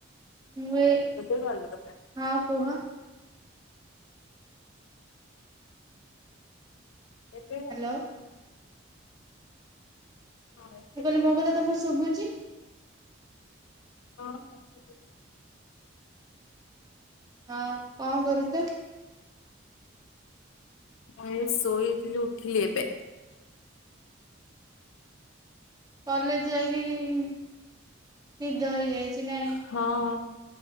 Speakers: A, on the right; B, on the left.
A: ମୁ ଏଇ
B: ଏବେ ଭଲ ଦୋକାନ
A: ହଁ କୁହ?
B: ଏବେ
A: ହ୍ୟାଲୋ
B: ହଁ ଏବେ
A: ମୁ କହିଲି
B: ଭଲ
A: ମୋ
B: ଦୋକାନ
A: କଥା ତମକୁ ଶୁଭୁଛି?
B: ହଁ ହଁ ଶୁଭୁଛି।
A: ହଁ କଣ କରୁଛ?
B: ମୁଁ ଶୋଇଥିଲି ଉଠିଲି ଏବେ।
A: କଲେଜ ଯାଇକି ନିଦ ହେଇଯାଇଛି ନାଇଁ?
B: ହଁ